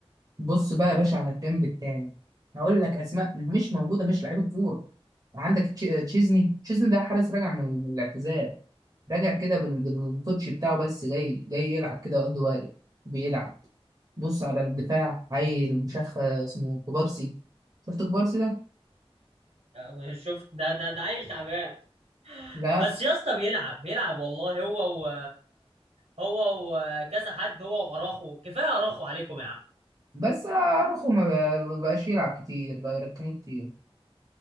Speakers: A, on the right; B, on the right.
A: بص بقى يا باشا على الجنب التاني هقول لك اسماء مش موجوده مش لعيب كوره عندك تشي- تشيزني تشيزني ده حارس راجع من من الاعتزال راجع كده بال- بالكوتش بتاعه بس جاي جاي يلعب كده قد واجب بيلعب بص على الدفاع عيل مش عارف اسمه كوبارسي شفت كوبارسي ده؟
B: آه، شوف ده ده ده عيل تعبان
A: لا
B: بس يا اسطى بيلعب بيلعب والله هو و هو وكذا حد هو واراخو كفايه اراخو عليكم يا عم
A: بس اروخو ما بقى- ما بقاش يلعب كتير بقى يركنه كتير